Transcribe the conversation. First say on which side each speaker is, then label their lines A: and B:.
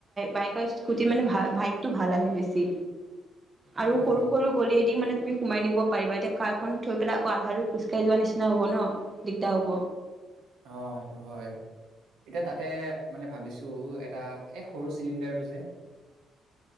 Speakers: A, on the right; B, on the right.
A: বাইক স্কুটি মানে ভাইবটো ভাল আহে বেছি
B: সেইটোও
A: আৰু
B: হয়
A: সৰু
B: বাৰু
A: সৰু গলিয়েদি মানে তুমি সোমাই নিব পাৰিবা এতিয়া কাৰ খন থৈ পেলাই আকৌ আধা দুৰ খোজ কাঢ়ি যোৱা নিচিনা হব ন দিগদাৰ হব
B: অ সেইটো হয় এতিয়া তাতে মানে ভাবিছো এটা এই সৰু চিলিণ্ডাৰটো যে